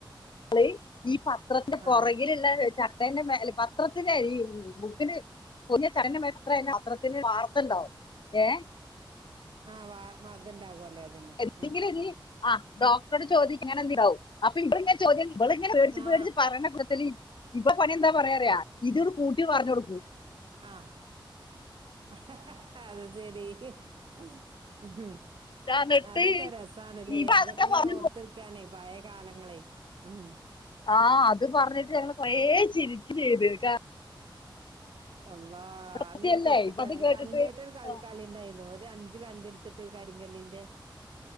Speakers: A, on the left; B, on the right.
A: <unintelligible> ഈ പത്രത്തിന്റെ
B: ആ
A: പുറകിലുള്ള <inaudible> <unintelligible> പത്രത്തിന്റെ ഈ ബുക്കിന്, പുതിയ ചടനം എത്രന്ന അത്രത്തിന് വാർത്തണ്ടാവും ഏ
B: ആ വാർമ്മ അതുണ്ടാകുവല്ലേ അതന്നെ
A: എന്തെങ്കിലും
B: മ്.
A: ഇനി ആഹ് ഡോക്ടറോട് ചോദം ഇങ്ങനെന്ണ്ടാവും അപ്പൊ ഇവിടെങ്ങ ചോം ഇ ഇങ്ങന പേടിച്ച്
B: ആ
A: പേച്ച് പറ <unintelligible> ഇപ്പൊ പണി എന്താ പറയാറിയ ഇതോട് കൂട്ടി പറഞ്ഞു കൊടുക്കൂ.
B: ആ അഹ് അഹ് ആ അത് ശരി. ഹ് ഇഹമ്
A: എന്നിട്ട്
B: അതൊക്കെ രസണല്ലേ
A: ഇവ
B: അതൊക്കെ ഇങ്ങനെ
A: പറഞ്ഞു
B: ഓർത്തിരിക്കാനേ പഴയ കാലങ്ങളെ മ്
A: ആ അത് പറഞ്ഞിട്ട് ഞങ്ങള് കൊറേ ചിരിക്ക് ചെയ്ത് <unintelligible>
B: അല്ലാ അന്നൊരു
A: സത്യല്ലേ
B: കൊത്തിക്ക
A: ഇപ്പ അത് കേട്ടിട്ട്
B: കല്ല്ായിട്ടൊരു ക
A: ആഹ്
B: കളിണ്ടായിരുന്നു ഒരു അഞ്ച് കല് എടുത്തിട്ട് ക ലിന്റെ